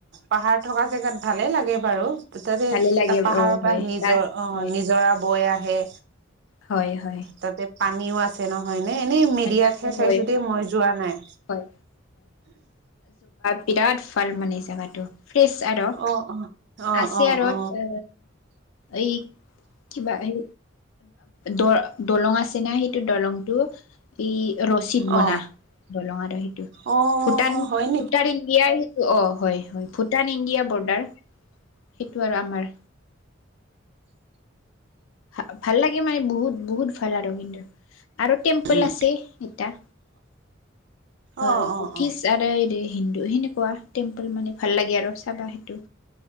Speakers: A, on the right; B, on the left.
A: পাহাৰ থকা জেগাত ভালেই লাগে বাৰু। তাতে
B: ভালে লাগে
A: ত পাহাৰৰ
B: অ হয়
A: পৰা নিজৰ
B: গাছ
A: অ
B: হয়
A: নিজৰা বৈ আহে।
B: হয় হয়।
A: তাতে পানীও আছে নহয়। এানে এনেই মিডিয়াতহে
B: পানী আছে
A: চাইছো
B: হয়
A: দেই মই যোৱা নাই।
B: হয় বিৰাত ভাল মানে জেগাটো। ফ্ৰেছ আৰু
A: অ অ অ
B: আছে
A: অ
B: আৰু
A: অ
B: উ এই কিবা সেই দ দলং আছে না সেইটো দলংটো ই ৰচিদ
A: অ
B: বনা দলং আৰু সেইটো
A: অ
B: ভূটান
A: হয় নেকি
B: ভূটান ইণ্ডিয়াই অ হয় হয় ভূটান ইণ্ডিয়া বৰ্ডাৰ সেইটো আৰু আমাৰ। ভ ভাল লাগে মানে বহুত বহুত ভাল আৰু কিন্তু আৰু টেম্পল
A: উম
B: আছে এটা। হয়
A: অ অ অ
B: কিছ আদৰ দে হিন্দু সেনেকুৱা টেম্পল মানে ভাল লাগে আৰু চাবা সেইটো।